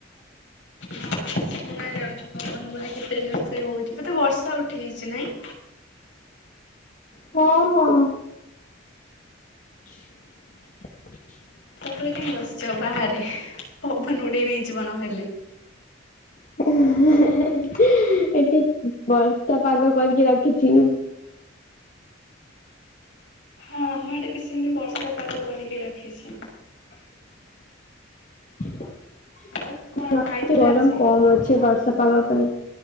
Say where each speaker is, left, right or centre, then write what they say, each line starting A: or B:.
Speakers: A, on the left; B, on the left.
A: ହଁ ଶୁଣା ଯାଉଛି ପବନ ଗୁଡା କେତେ ଜୋରସେ ହଉଚି ବଧେ ବର୍ଷା ଉଠେଇଚି ନାଇଁ?
B: ହଁ ହଁ। <inaudible>
A: ଏବେ କାଇଁ ବସିଛ ବାହାରେ ପବନ ଉଡେଇ ନେଇଯିବ ନହେଲେ।
B: <unintelligible> ଏଠି ବର୍ଷା ପାଗ କରିକି ରଖିଛି।
A: ହଁ ଆମ ଆଡେ ବି ସେମିତି ବର୍ଷା ପାଗ କରିକି ରଖିଚି।
B: <inaudible> ଆଜି
A: ଆଉ କଣ
B: ଟିକେ
A: ଖାଇଥିଲେ
B: ଗରମ
A: ଆଜି?
B: କମ ଅଛି ବର୍ଷା ପାଗ ପାଇଁ